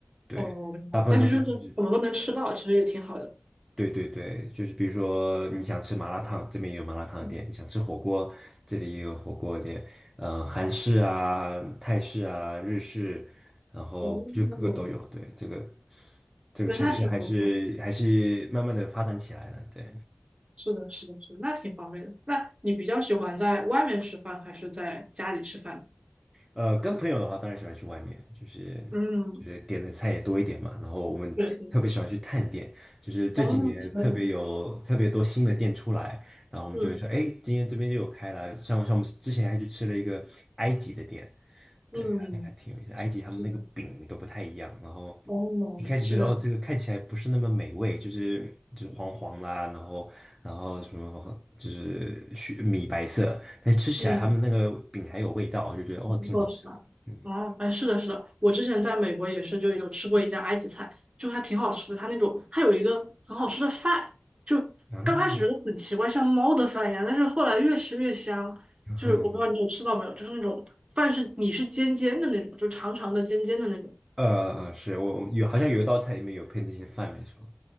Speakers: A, in the centre; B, on the right.
A: 对，
B: 哦，明白但是就是什么都能吃到，
A: 大部分都是就是。
B: 其实也挺好的。
A: 对对对，就是比如说你想吃麻辣烫，这边也有麻辣烫店；
B: 嗯，
A: 你想吃火锅，这里也有火锅店。嗯，韩式啊、泰式啊、日式，然后就各个都有。
B: 哦，
A: 对，这个这个城市还是还是慢慢的发展起来了。
B: 对，那挺不错。
A: 对，
B: 是的，是的，是的，那挺方便的。那你比较喜欢在外面吃饭还是在家里吃饭？
A: 呃，跟朋友的话，当然喜欢去外面，就是
B: 嗯，
A: 就是点的菜也多一点嘛。然后我们特别喜欢去探店，
B: 对对，
A: 就是这几年特别有特别多新的店出来，
B: 哦，是的，
A: 然后我们就会说，
B: 嗯
A: 哎，今天这边就有开了。像像我们之前还去吃了一个埃及的店，
B: 嗯，
A: 对，还那个还挺有意思。埃及他们那个饼都不太一样，
B: 是的，
A: 然后
B: 哦，
A: 一开始觉得哦，
B: 是的，
A: 这个看起来不是那么美味，就是就是黄黄啦，然后然后什么就是雪米白色，但是吃起来他们那个饼还有味道，
B: 嗯，
A: 我就觉得哦，
B: 不错，
A: 挺好吃的。
B: 是吧？
A: 嗯
B: 哦，哎，是的，是的，我之前在美国也是就有吃过一家埃及菜，就还挺好吃的。它那种，它有一个很好吃的饭，就刚开始觉得很奇怪，
A: 啊，
B: 像猫的饭一样，但是后来越吃越香。
A: <laughs>
B: 就是我不知道你有吃到没有，
A: 嗯
B: 就是那种饭是你是尖尖的那种，就长长的尖尖的那种。
A: 呃，呃是我我有好像有一道菜里面有配那些饭，没错，